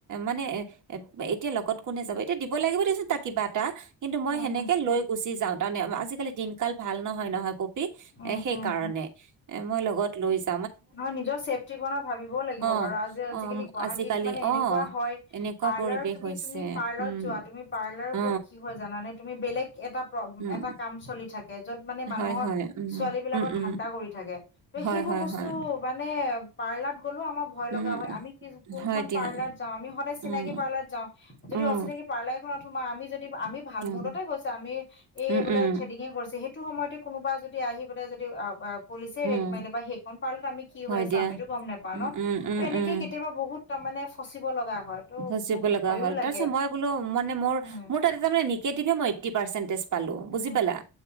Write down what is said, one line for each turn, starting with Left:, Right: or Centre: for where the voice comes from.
Right: মানে এতিয়া লগত কোন। যাব এতিয়া দিব লাগিব দেচোন তাক কিবা এটা কিন্তু মই
Left: উম,
Right: সেনেকে
Left: উম,
Right: লৈ গুচি যাওঁ তামানে আজিকালি দিনকাল ভাল। নহয় নহয় পপী
Left: উম,
Right: এ সেই
Left: উম,
Right: কাৰণে এ মই লগত লৈযাওঁ।
Left: অ নিজৰ চেফ্টি ক। ভাবিবও লাগিব
Right: অ
Left: বাৰু আজিকালি
Right: অ
Left: গুৱাহাটীত
Right: আজিকালি
Left: মানে এনেকুৱাও
Right: অ
Left: হয়
Right: এনেকুৱা
Left: পাৰ্লাৰত
Right: পৰিৱেশ
Left: তুমি
Right: হৈছে
Left: তুমি পাৰ্লাৰ।
Right: উম
Left: যোৱা তুমি পাৰ্লাৰ
Right: অ
Left: বোৰত কি হয় জানানে তুমি বেলেগ এটা
Right: উম
Left: এটা কাম চলি। থাকে য'ত মানে মানুহৰ
Right: হয় হয় উম
Left: ছোৱালী বিলাকৰ
Right: উম উম
Left: ধান্দা কৰি থাকে ত
Right: হয়
Left: সেইবোৰ
Right: হয়
Left: বস্তু।
Right: হয়
Left: তোমানে পাৰ্লাত। গ'লেও আমাৰ ভয়
Right: উম
Left: লগা হয় আমি কোনখন
Right: হয় দিয়া
Left: পাৰ্লাত যাও আমি সদায় চিনাকি
Right: উম
Left: পাৰ্লাৰ যাওঁ। যদি
Right: উম
Left: অচিনাকী পাৰ্লাৰ এখনত সোমাও আমি যদি আমি ভাল
Right: উম
Left: মুৰদতে গৈছো আমি। এই
Right: উম
Left: বোলে
Right: উম
Left: থ্ৰেডিঙে কৰিছে সেইটো সময়তে কোনোবা যদি আহি পোলাই যদি। পুলিছেই
Right: উম
Left: ৰেট মাৰিলে বা সেইখন পাৰ্লাত আমি কি
Right: হয়
Left: হৈ আছে
Right: দিয়া
Left: আমিতো গম নাপাও
Right: উম
Left: ন
Right: উম উম
Left: ত এনেকে
Right: উম
Left: কেতিয়াবা বহুত। বহুত তামানে ফচিব লগা। হয় ত'
Right: ফচিব
Left: বহুত
Right: লগা
Left: ভয়ো
Right: হ'ল
Left: লাগে
Right: তাৰপিছত মই বোলো মানে মোৰ
Left: উম
Right: মোৰ তাততে তাৰ মানে। নিগেটিভে মই এইট্টি পাৰ্চেণ্টেজ পালো বুজি
Left: উম
Right: পালা।